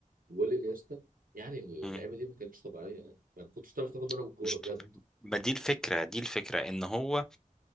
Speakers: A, on the right (about 75°); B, in the centre.
A: والانيستا يعني اللعيبه
B: مم.
A: دي ما كانتش طبيعيه يعني ما كنتش تعرف تاخد
B: <laughs>
A: منهم الكوره
B: مش
A: بجد
B: طبيعي ما دي الفكرة دي الفكرة ان هو